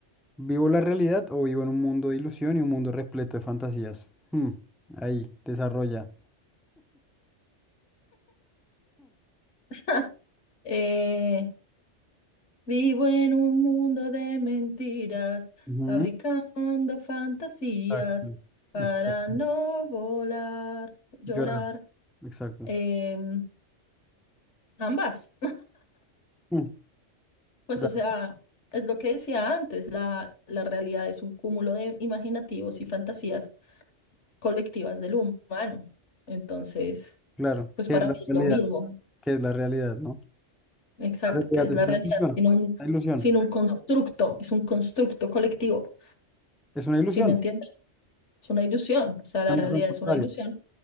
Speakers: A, in the centre; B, on the left.
A: ¿vivo la realidad o vivo en un mundo de ilusión y un mundo repleto de fantasías? Hmm, ahí, desarrolla.
B: <laughs> Eh, vivo en un mundo de mentiras,
A: Ujú,
B: fabricando fantasías
A: Exacto.
B: para
A: exacto.
B: no volar, llorar.
A: Llorar, exacto.
B: Em, ambas.
A: Hmm,
B: Pues
A: da-
B: o sea, es lo que decía antes, la, la realidad es un cúmulo de imaginativos y fantasías colectivas del humano. Entonces,
A: claro,
B: pues
A: ¿qué
B: para
A: es la
B: mí es
A: realidad?
B: lo mismo,
A: ¿Qué es la realidad, no?
B: exacto,
A: La realidad
B: que es la
A: es
B: realidad,
A: una ilusión,
B: sin un,
A: una ilusión,
B: sin un constructo, es un constructo colectivo,
A: es una ilusión,
B: ¿sí me entiendes? Es una ilusión, o sea, la
A: no
B: realidad
A: son contrarios.
B: es una ilusión,